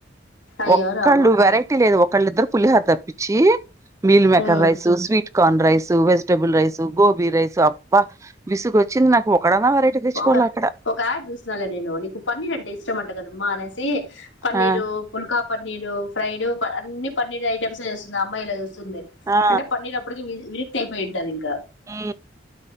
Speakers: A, on the left; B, on the right.
A: అయ్యో
B: ఒక్కళ్ళు
A: రామ
B: వెరైటీ లేదు ఒక్కళ్ళు ఇద్దరు పులిహోర తప్పించి మీల్ మేకర్
A: ఉమ్
B: rice sweet corn rice vegetable rice gobi rice అబ్బా విసుగు వచ్చింది నాకు ఒకడన్నా వెరైటీ తెచ్చుకోవాల
A: ఒక
B: అక్కడ
A: ఒక ఆడ్ చూసినాలే నేను నీకు పన్నీర్ అంటే ఇష్టం అంట కదమ్మా అనేసి పన్నీరు
B: ఆ
A: పుల్కా పన్నీరు ఫ్రైడ్ అన్ని పన్నీర్ ఐటెమ్స్ే చస్తుంది అమ్మాయిలా చూస్తు ంది
B: ఆ
A: అంటే పన్నీర్ అప్పటికి విరిక్తి అయిపోయింటంది ఇంకా
B: ఆ